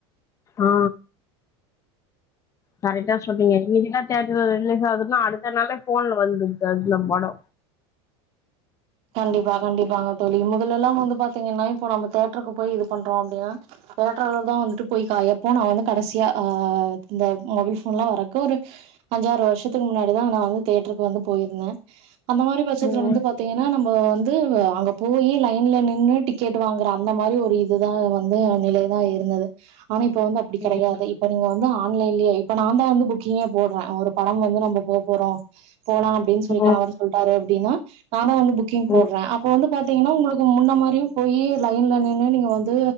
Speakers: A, on the left; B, on the right.
A: ஆ கரெட்டா சொன்னீங்க இன்னிகுதா தேட்ர்ல ரிலீஸ் ஆவுதுன்னா அடுத்த நாளே ஃபோன்ல வந்துற்து அந்த படோ
B: கண்டிப்பா கண்டிப்பாங்க தோழி முதலெல்லாம் வந்து பாத்திங்கன்னா இப்போ நம்ம தேட்ருக்கு போய் இது பண்றோ அப்டின்னா தேட்ருலதான் வந்துட்டு போய் கயப்போ நா வந்து கடசியா ஆ இந்த மொபல் ஃபோன்ல்லா வரற்க்கு ஒரு அஞ்சாறு வருஷ்ஷத்துக் முன்னாடிதான் நா வந்து தேட்ருக்கு வந்து போயிருந்த அந்த மாறி பட்சத்துல
A: ம்
B: வந்து பாத்திங்க நம்ம வந்து அங்க போயி லைன்ல நின்னு டிக்கெட் வாங்ற அந்த மாறி ஒரு இதுதான் வந்து நிலைதான் இருந்தது ஆனா இப்ப வந்து அப்டி கேடையாது
A: ம்
B: இப்ப நீங்க வந்து ஆன்லைன்லயே இப்ப நான் தா வந்து புக்கிங்கே போட்றேன் ஒரு ப டம் வந்து நம்ப போ போறோ போலா அப்டின் சொல் கணவர்
A: ம்
B: சொல்ட்டாரு டினா ஆனா வந்து பா புக்கிங்
A: ம்
B: போட்ற அப்ப வந்து பாத்திங்ன்னா உங்ளுக்கு முன்ன மாறியும் போயி லைன்ல நின்னு நீங்க வந்து